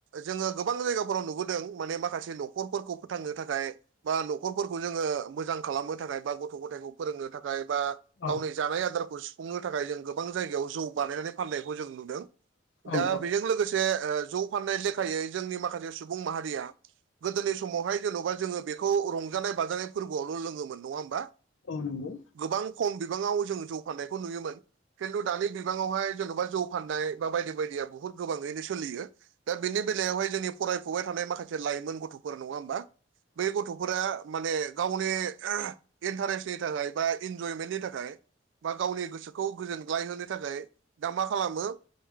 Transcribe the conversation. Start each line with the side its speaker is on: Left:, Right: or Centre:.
Right: जोङो गोबां जायगाफोराव नुबोदों माने माखासे न'खरफोरखौ फोथांनो थाखाय बा न'खरफोरखौ जोङो मोजां खालामनो थाखाय बा गथ' गथायखौ फोरोंनो थाखाय बा
Left: औ
Right: गावनि जानाय आदारखौ सुफुंनो थाखाय जों गोबां जायगायाव जौ बानायनानै फाननायखौ जों नुदों
Left: औ
Right: दा बेजों लोगोसे आहो जौ फाननाय लेखायै जोंनि माखासे सुबुं माहारिया गोदोनि समावहाय जेन'बा जोङो बेखौ रंजानाय बाजानाय फोरबोआवल' लोङोमोन नङा होमबा?
Left: औ नंगौ
Right: गोबां खम बिबाङाव जों जौ फान्नायखौ नुयोमोन खिन्थु दानि बिबाङावहाय जेन'बा जौ फाननाय बा बायदि बायदिया बहुद गोबाङैनो सोलियो दा बेनि बेलायाव हाय जोंनि फरायफुबाय थानाय माखासे लाइमोन गथ'फोर नङा होमबा बेै गथ' फोरा माने गावनि इन्टारेस्टनि थाखाय बा इन्जयमेन्टनि थाखाय बा गावनि गोसोखौ गोजोनग्लाय होनो थाखाय दा मा खालामो